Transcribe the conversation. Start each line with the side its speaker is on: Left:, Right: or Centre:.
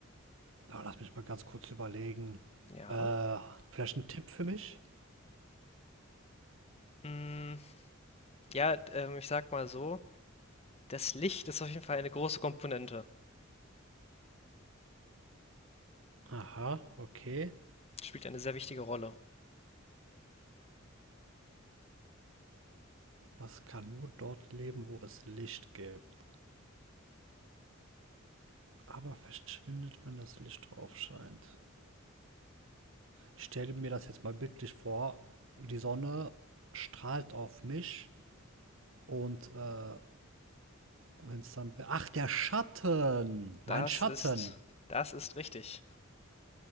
Right: Na, lass mich mal ganz kurz überlegen.
Left: Ja.
Right: Äh, vielleicht ein Tipp für mich?
Left: Mm, ja, ähm, ich sag mal so, das Licht ist auf jeden Fall eine große Komponente.
Right: Aha, okay.
Left: Spielt eine sehr wichtige Rolle.
Right: Was kann nur dort leben, wo es Licht gibt, aber verschwindet, wenn das Licht drauf scheint? Ich stelle mir das jetzt mal bildlich vor. Die Sonne strahlt auf mich und äh, wenn es dann... Ach, der Schatten! Mein
Left: Das
Right: Schatten!
Left: ist, das ist richtig.